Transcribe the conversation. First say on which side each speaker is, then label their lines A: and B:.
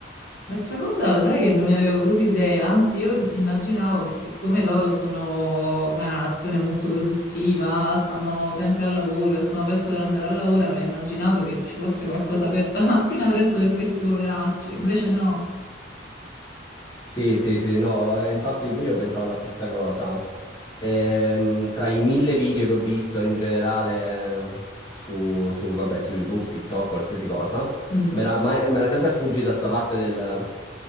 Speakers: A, on the left; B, on the left.
A: Questa cosa lo sai che non ne avevo proprio idea, anzi io immaginavo che siccome loro sono sai, una nazione molto produttiva, stanno sempre al lavoro, escono presto per andare al lavoro, avrei immaginato che ci fosse qualcosa aperto <laughs> la mattina presto per questi poveracci, invece no.
B: Sì, sì, sì, no, eh, infatti pure io pensavo la stessa cosa. Ehm, tra i mille video che ho visto in generale eh, su, su, vabbè, su YouTube, TikTok, qualsiasi cosa,
A: Mm.
B: mi era, mai- mi era sempre sfuggita sta parte del